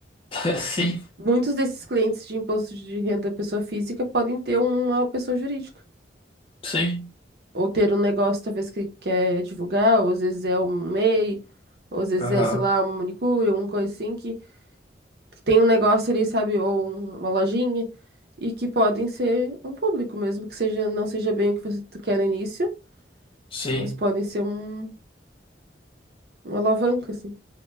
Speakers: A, on the left; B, on the right.
A: <laughs> é, sim,
B: Muitos desses clientes de imposto de renda da pessoa física podem ter uma pessoa jurídica,
A: sim,
B: ou ter um negócio talvez que quer divulgar, ou às vezes é um MEI, ou às vezes
A: aham,
B: é, sei lá, uma manicure, uma coisa assim, que que tem um negócio ali, sabe, ou um- uma lojinha, e que podem ser um público mesmo, que seja, não seja bem o que você tu quer no início,
A: sim.
B: mas podem ser um, uma alavanca, assim.